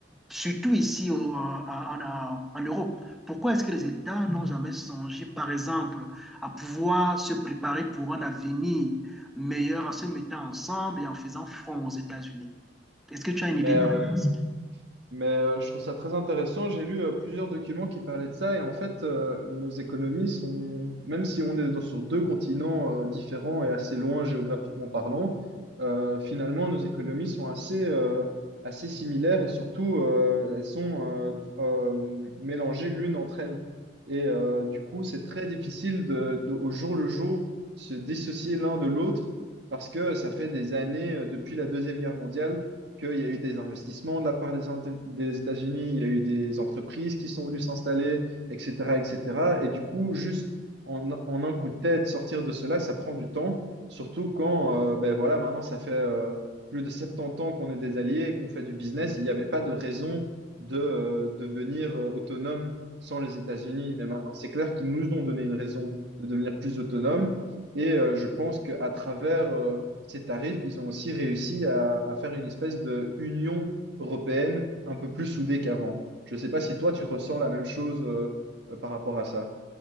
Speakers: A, in the centre; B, on the right.
A: surtout ici au- en, en- en Europe, pourquoi est-ce que les États n'ont jamais songé, par exemple, à pouvoir se préparer pour un avenir meilleur en se mettant ensemble et en faisant front aux États-Unis? Est-ce que tu as une
B: Mais
A: idée? pour
B: euh,
A: ça?
B: Mais euh, je trouve ça très intéressant. J'ai lu euh, plusieurs documents qui parlaient de ça. Et en fait, euh, nos économies sont, même si on est dans- sur deux continents euh, différents et assez loin géographiquement parlant, euh, finalement, nos économies sont assez, euh, assez similaires et surtout, euh, elles sont euh, euh, mélangées l'une entre elles. Et euh, du coup, c'est très difficile de, de- au jour le jour, se dissocier l'un de l'autre parce que ça fait des années, euh, depuis la Deuxième Guerre mondiale qu'il y a eu des investissements de la part des, Inté- des États-Unis, il y a eu des entreprises qui sont venues s'installer, etc., etc. Et cetera. Et du coup, juste en, en un coup de tête, sortir de cela, ça prend du temps, surtout quand, euh, ben voilà, maintenant, ça fait euh, plus de 70 ans qu'on est des alliés et qu'on fait du business. Il n'y avait pas de raison de euh, devenir euh, autonome sans les États-Unis. Mais maintenant, c'est clair qu'ils nous ont donné une raison de devenir plus autonome. Et euh, je pense qu'à travers... euh, ces tarifs, ils ont aussi réussi à, à faire une espèce de union européenne un peu plus soudée qu'avant. Je ne sais pas si toi, tu ressens la même chose, euh, euh, par rapport à ça.